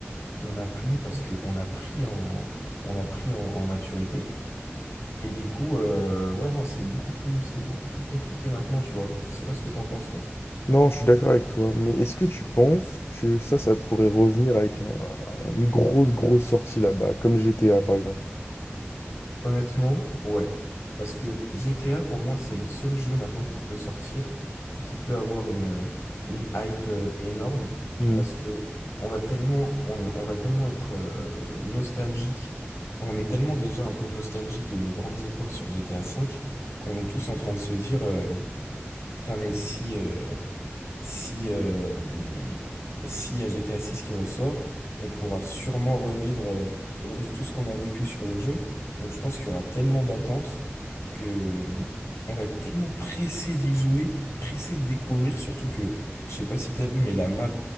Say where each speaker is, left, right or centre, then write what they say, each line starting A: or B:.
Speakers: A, on the left; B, on the left.
A: on n'a plus parce qu'on a pris en, on a pris en en maturité. Et du coup, euh, ouais, non, c'est beaucoup plus, c'est beaucoup plus compliqué maintenant, tu vois. Je sais pas ce que t'en penses, toi.
B: Non, je suis d'accord avec toi, mais est-ce que tu penses que ça, ça pourrait revenir avec un- une grosse, grosse sortie là-bas, comme GTA par exemple?
A: Honnêtement, ouais. Parce que GTA, pour moi, c'est le seul jeu maintenant qui peut sortir et qui peut avoir une, euh, une hype euh, énorme.
B: Mhm.
A: Parce que on va tellement, on, on va tellement être euh, nostalgique. On est tellement déjà un peu nostalgique de nos grandes époques sur GTA V qu'on est tous en train de se dire, euh, putain, mais si. euh, Si, euh, s'il y a GTA 6 qui ressort, on pourra sûrement revivre, euh, revivre tout ce qu'on a vécu sur le jeu. Donc je pense qu'il y aura tellement d'attentes que euh, on va être tellement pressé d'y jouer, pressé de découvrir, surtout que, je sais pas si t'as vu, mais la map,